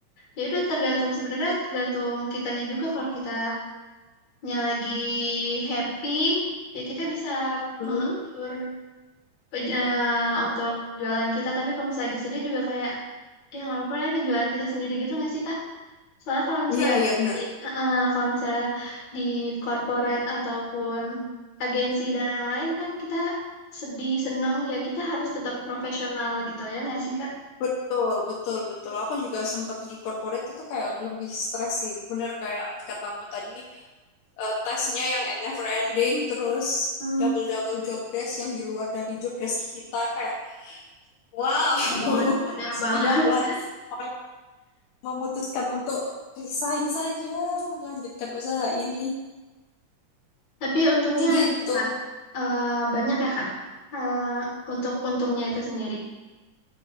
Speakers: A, on the left; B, on the left.
A: ya udah tergantung sebenarnya tergantung kitanya juga kalau kita nya lagi happy, ya kita bisa
B: Mm-mm.
A: mengatur eh, untuk jualan kita. Tapi kalau misalnya lagi sedih juga kayak, ya nggak apa-apa lah ini jualan kita sendiri gitu nggak sih Kak? Soalnya kalau misalnya
B: Iya iya
A: di,
B: benar.
A: eh, eh, kalau misalnya di corporate ataupun agensi dan yang lain kan kita sedih, seneng, ya kita harus tetap profesional gitu ya nggak sih Kak?
B: Betul, betul, betul. Aku juga sempat di corporate itu kayak lebih stres sih. Bener kayak katamu tadi, eh, tesnya yang never ending terus
A: Hmm,
B: double double job desk yang di luar dari job desk kita kayak wow
A: bener
B: <laughs>
A: banget. Bener <laughs> banget.
B: sudahlah makanya memutuskan untuk resign saja melanjutkan usaha ini
A: Tapi untungnya
B: gitu
A: gitu, Kak. Eh, banyak ya, Kak. Eh, untuk untungnya itu sendiri.